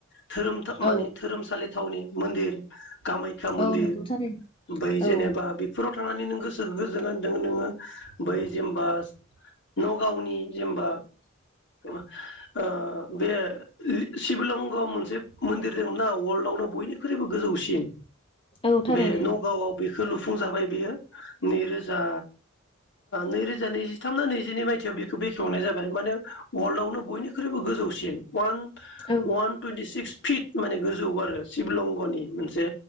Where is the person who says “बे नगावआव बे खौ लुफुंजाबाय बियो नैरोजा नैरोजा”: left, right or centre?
Left